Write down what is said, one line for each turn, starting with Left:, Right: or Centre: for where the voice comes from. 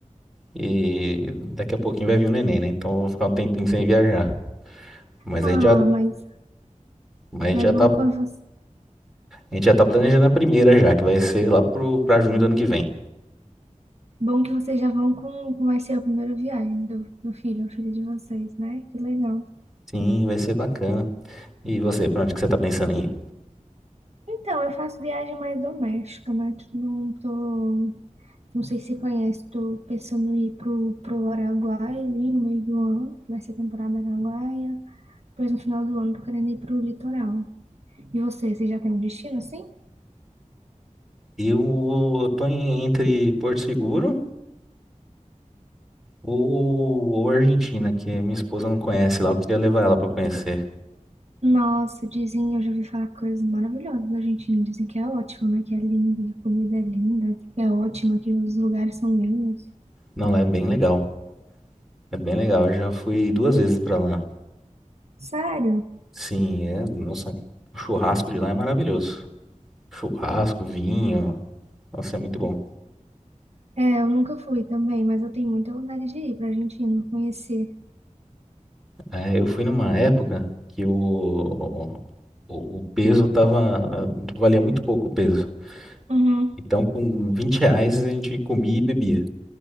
Centre: e daqui a pouquinho vai vir um neném, né? Então eu vou ficar um tempinho sem viajar. Mas
Right: Ah,
Centre: a gente já,
Right: mas,
Centre: mas a gente
Right: mas
Centre: já
Right: bom,
Centre: tá,
Right: quando você-
Centre: a gente já tá planejando a primeira já, que vai ser lá pro, pra junho do ano que vem.
Right: bom que vocês já vão com, com vai ser a primeira viagem do, do filho ou filha de vocês, né? Que legal.
Centre: Sim, vai ser bacana. E você, pra onde que você tá pensando em ir?
Right: Então, eu faço viagem mais doméstica, né? Tipo, não tô. Não sei se conhece, tô pensando em ir pro, pro Araguaia ali no meio do ano, que vai ser temporada Araguaia. Depois no final do ano tô querendo ir pro litoral. E você, você já tem um destino assim?
Centre: Eu, eu tô em- entre Porto Seguro. Ou, ou Argentina, que minha esposa não conhece lá, eu queria levar ela pra conhecer.
Right: Nossa, dizem, eu já ouvi falar coisas maravilhosas da Argentina. Dizem que é ótimo, né? Que é lindo, que a comida é linda, que é ótima, que os lugares são lindos.
Centre: Não, lá é bem legal. É bem legal. Eu já fui duas vezes pra lá.
Right: Sério?
Centre: Sim, é, nossa, o churrasco de lá é maravilhoso. Churrasco, vinho, nossa, é muito bom.
Right: É, eu nunca fui também, mas eu tenho muita vontade de ir pra Argentina, conhecer.
Centre: É, eu fui numa época que o, o, o peso tava, valia muito pouco o peso.
Right: Uhum.
Centre: Então, com 20 reais a gente comia e bebia.